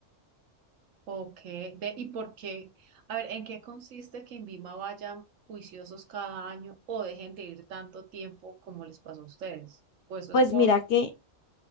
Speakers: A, on the right (about 80°); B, on the left (about 60°).
A: Ok. Ve, ¿y por qué? A ver, ¿en qué consiste que en Vima vayan juiciosos cada año o dejen de ir tanto tiempo como les pasó a ustedes? Pues eso
B: Pues
A: es por,
B: mira que,